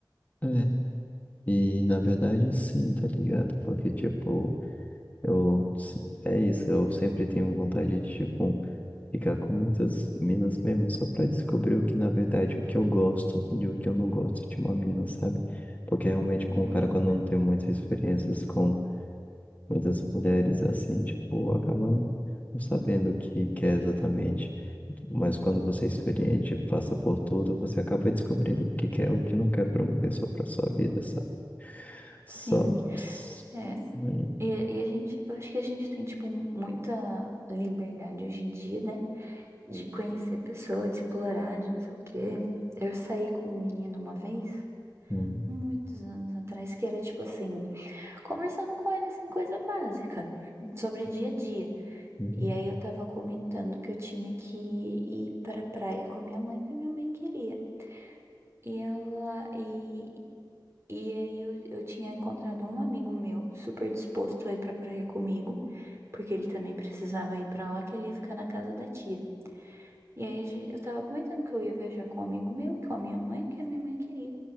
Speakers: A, on the left; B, on the right.
A: É. E na verdade sim, tá ligado? Porque tipo, eu se- é isso, eu sempre tenho vontade de tipo ficar com muitas minas mesmo só pra descobrir o que na verdade o que eu gosto e o que eu não gosto de uma mina, sabe? Porque realmente com
B: Uhum,
A: o cara quando não tem muitas experiências com Mas as mulheres, assim, tipo, acabam não sabendo o que que é exatamente. Mas quando você é experiente, passa por tudo, você acaba descobrindo o que quer, o que não quer promover só para sua vida, sabe? Só.
B: sim,
A: s-
B: é.
A: hum,
B: E, e a gente, eu acho que a gente tem, tipo, muita liberdade hoje em dia, né? De conhecer pessoas, de explorar, de não sei o quê. Eu saí com um menino uma vez,
A: hum,
B: muitos anos atrás, que era tipo assim. conversando com ele, assim, coisa básica, sobre dia a dia.
A: hum.
B: E aí eu tava comentando que eu tinha que ir pra praia com a minha mãe, porque a minha mãe queria. E ela, e, e aí eu, eu tinha encontrado um amigo meu, super disposto a ir pra praia comigo, porque ele também precisava ir pra lá, que ele ia ficar na casa da tia. E aí gen- eu tava comentando que eu ia viajar com um amigo meu, com a minha mãe, que a minha mãe queria.